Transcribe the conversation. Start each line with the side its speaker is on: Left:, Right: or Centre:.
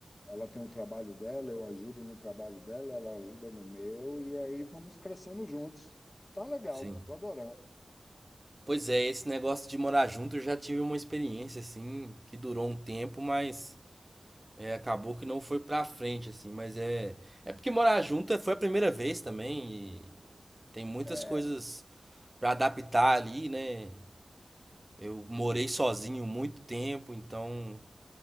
Left: ela tem o trabalho dela, eu ajudo no trabalho dela, ela ajuda no meu, e aí vamos crescendo juntos. Tá legal,
Right: sim.
Left: tô adorando.
Right: Pois é, esse negócio de morar junto eu já tive uma experiência assim, que durou um tempo, mas é, acabou que não foi pra frente assim, mas é é porque morar junto foi a primeira vez também e tem muitas
Left: É,
Right: coisas pra adaptar ali, né? Eu morei sozinho muito tempo, então